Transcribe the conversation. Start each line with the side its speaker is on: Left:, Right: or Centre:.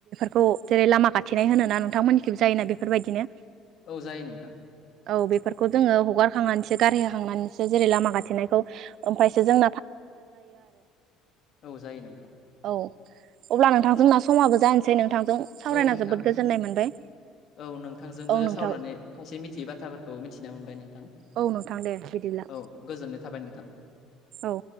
Right: खौ जेरै लामा खाथिनाय होनो ना नोंथांमोननिखबो जायोना बेफोरबायदिनो।
Left: औ जायो नोंथां।
Right: औ बेफोरखौ जोङो हगारखांनानैसो गारहोखांनानैसो जेरै लामा गाथेनायखौ ओमफ्रायसो जों
Left: औ औ जायो नोंथां।
Right: औ अब्ला नोंथांजोंना समाबो जानोसै नोंथांजों सावरायना
Left: औ नोंथां
Right: जोबोद गोजोननाय मोनबाय।
Left: औ नोंथांजोंबो
Right: औ नोंथां
Left: सावनानै खायसे मिथियै बाथ्राफोरखौ मिथिना मोनबाय नों। नोंथा
Right: औ नोंथां दे बिदिब्ला
Left: औ गोजोननाय थाबाय नोंथां।
Right: औ